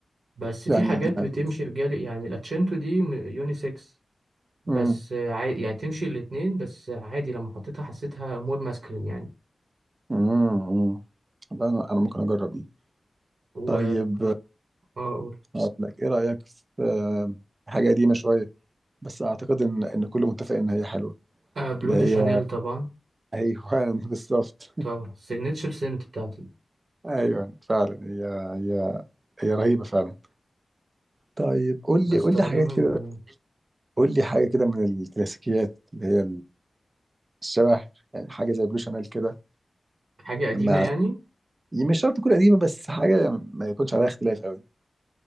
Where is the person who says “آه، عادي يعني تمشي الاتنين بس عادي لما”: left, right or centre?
Right